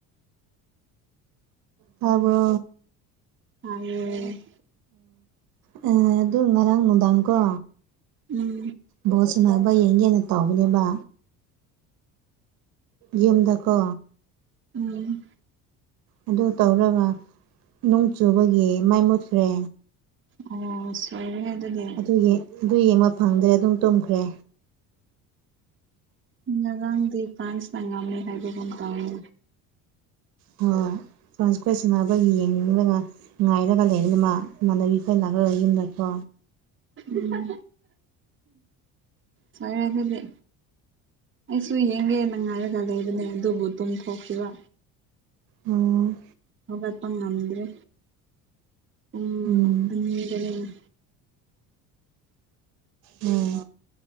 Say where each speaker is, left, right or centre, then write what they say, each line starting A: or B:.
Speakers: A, on the right (about 70°); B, on the right (about 35°).
A: ꯇꯥꯕ꯭ꯔꯣ
B: ꯇꯥꯌꯦ
A: ꯑꯣ ꯑꯗꯨ ꯉꯔꯥꯡ ꯅꯨꯡꯗꯥꯡꯀꯣ
B: ꯎꯝ
A: ꯕꯣꯜ ꯁꯥꯟꯅꯕ ꯌꯦꯡꯒꯦꯟꯅ ꯇꯧꯕꯅꯦꯕ ꯌꯨꯝꯗꯀꯣ
B: ꯎꯝ
A: ꯑꯗꯨ ꯇꯧꯔꯒ ꯅꯣꯡ ꯆꯨꯕꯒꯤ ꯃꯩ ꯃꯨꯠꯈ꯭ꯔꯦ
B: ꯑꯣ ꯁꯣꯏꯔꯦꯍꯦ ꯑꯗꯨꯗꯤ
A: ꯑꯗꯨꯒꯤ ꯑꯗꯨ ꯌꯦꯡꯕ ꯐꯪꯗ꯭ꯔꯦ ꯑꯗꯨꯝ ꯇꯨꯝꯈ꯭ꯔꯦ
B: ꯉꯔꯥꯡꯗꯤ ꯐ꯭ꯔꯥꯟꯁꯅ ꯉꯝꯃꯤ ꯍꯥꯏꯕꯒꯨꯝ ꯇꯧꯏ
A: ꯍꯣꯏ ꯐ꯭ꯔꯥꯟꯁꯈꯣꯏ ꯁꯥꯟꯅꯕꯒꯤ ꯌꯦꯡꯒ ꯉꯥꯏꯔꯒ ꯂꯩꯕꯅꯤ ꯃꯥ ꯏꯃꯥꯟꯅꯕꯤ ꯈꯣꯏ ꯂꯥꯛꯂꯒ ꯌꯨꯝꯗꯀꯣ
B: ꯎꯝ ꯐꯩ ꯑꯗꯨꯗꯤ ꯑꯩꯁꯨ ꯌꯦꯡꯒꯦꯅ ꯉꯥꯏꯔꯒ ꯂꯩꯕꯅꯦ ꯑꯗꯨꯕꯨ ꯇꯨꯝꯊꯣꯛꯈꯤꯕ
A: ꯑꯣ
B: ꯍꯧꯒꯠꯄ ꯉꯝꯗ꯭ꯔꯤ ꯄꯨꯡ
A: ꯎꯝ
B: ꯑꯅꯤꯗꯅꯦꯅ
A: ꯎꯝ